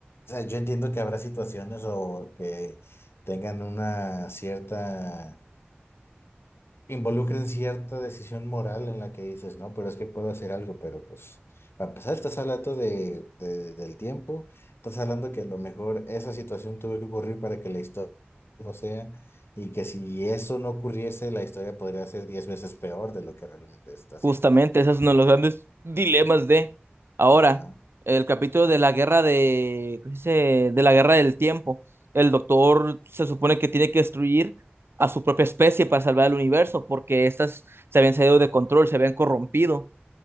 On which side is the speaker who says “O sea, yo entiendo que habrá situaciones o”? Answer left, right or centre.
Left